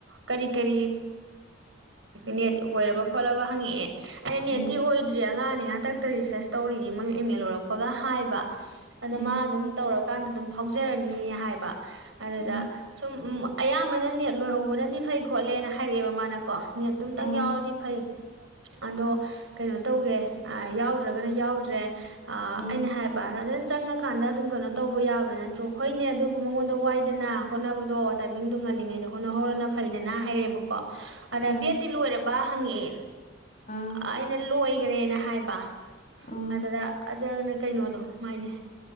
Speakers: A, on the right; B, on the left.
A: ꯀꯔꯤ ꯀꯔꯤ ꯅꯦꯠ ꯑꯣꯏꯔꯕ ꯈꯣꯠꯂꯕ ꯍꯪꯉꯛꯑꯦ ꯑꯩꯅ ꯅꯦꯠꯇꯤꯕ
B: ꯎꯝ
A: ꯑꯣꯏꯗ꯭ꯔꯤ ꯑꯉꯥꯡꯅꯦ ꯍꯟꯇꯛꯇ ꯔꯤꯁꯔꯁ ꯇꯧꯔꯤꯗꯤ ꯃꯣꯏ ꯑꯦꯝ ꯑꯦ ꯂꯣꯏꯔꯛꯄꯒ ꯍꯥꯏꯕ ꯑꯗ
B: ꯎꯝ
A: ꯃꯥ ꯑꯗꯨꯝ ꯇꯧꯔꯀꯥꯟꯗ ꯑꯗꯨꯝ ꯐꯥꯎꯖꯔꯅꯤ ꯍꯥꯏꯕ ꯑꯗꯨꯗ
B: ꯎꯝ
A: ꯁꯨꯝ ꯑꯌꯥꯝꯕꯅ ꯅꯦꯠ ꯂꯣꯏꯍꯧꯕꯅꯗꯤ ꯐꯩ ꯈꯣꯠꯂꯦꯅ ꯍꯥꯏꯔꯛꯑꯦꯕ ꯃꯥꯅ ꯀꯣ ꯅꯦꯠꯇꯨ ꯑꯇꯪ
B: ꯑꯥ
A: ꯌꯥꯎꯔꯗꯤ ꯐꯩ ꯑꯗꯣ ꯀꯩꯅꯣ ꯇꯧꯒꯦ ꯌꯥꯎꯗ꯭ꯔꯒꯅ ꯌꯥꯎꯗ꯭ꯔꯦ ꯑꯩꯅ
B: ꯎꯝ
A: ꯍꯥꯏꯕ ꯑꯗ ꯑꯗꯨꯖꯅ ꯆꯪꯉ ꯀꯥꯟꯗ ꯑꯗꯨꯝ ꯀꯩꯅꯣ ꯇꯧꯕ ꯌꯥꯕ ꯅꯠꯇ꯭ꯔꯣ ꯍꯣꯏꯅꯦ ꯑꯗꯨꯕꯨ ꯃꯉꯣꯟꯗ ꯋꯥꯏꯗꯅ ꯍꯣꯠꯅꯕꯗꯣ ꯇꯥꯏꯃꯤꯡꯗꯨ ꯉꯜꯂꯤꯉꯩꯗ ꯍꯣꯠꯅ ꯍꯧꯔꯅ ꯐꯩꯗꯅ ꯍꯥꯏꯔꯛꯑꯦꯕꯀꯣ ꯑꯗꯥ
B: ꯑꯥ
A: ꯕꯦꯠꯇꯤ ꯂꯣꯏꯔꯕ ꯍꯪꯉꯛꯑꯦ
B: ꯑꯥ
A: ꯑꯩꯅ ꯂꯣꯏꯈ꯭ꯔꯦꯅ ꯍꯥꯏꯕ
B: ꯑꯥ
A: ꯑꯗꯨꯗ ꯀꯩꯅꯣꯗꯣ ꯃꯥꯏꯁꯦ